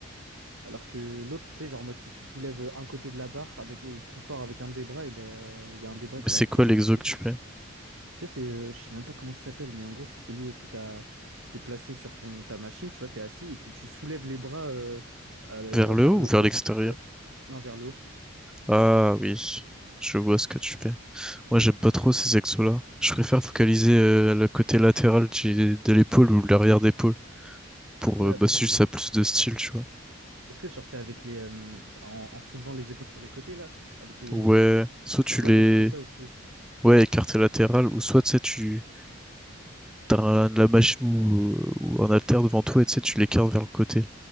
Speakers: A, on the right; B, in the centre.
A: Alors que l'autre, tu sais, genre, en mode, si tu soulèves un côté de la barre avec, euh, plus fort avec un des bras, et ben, il y a un des bras
B: Mais
A: qui
B: c'est
A: va travailler
B: quoi l'exo
A: plus.
B: que tu fais?
A: Tu sais, c'est, euh, je sais même pas comment ça s'appelle, mais en gros, c'est celui où est-ce que t'as, t'es placé sur ton, ta machine, tu vois, t'es assis, et puis tu soulèves les bras euh, à la-
B: Vers le
A: vers
B: haut
A: le
B: ou vers
A: haut.
B: l'extérieur?
A: Ouais. Non, vers le haut.
B: Ah oui, je vois ce que tu fais. Moi, j'aime pas trop ces exos-là. Je préfère focaliser euh, le côté latéral du- de l'épaule ou l'arrière d'épaule pour
A: Ouais,
B: euh,
A: avec
B: bah, si
A: les.
B: ça a plus de style, tu vois.
A: Est-ce que genre, c'est avec les. euh, en, en soulevant les épaules sur les côtés, là? Avec les.
B: Ouais, soit tu
A: Ouais,
B: les...
A: bah, je fais ça aussi.
B: Ouais, écarté latéral, ou soit, tu sais, tu... T'as un- la machine ou, ou un haltère devant toi et tu sais, tu l'écartes vers le côté.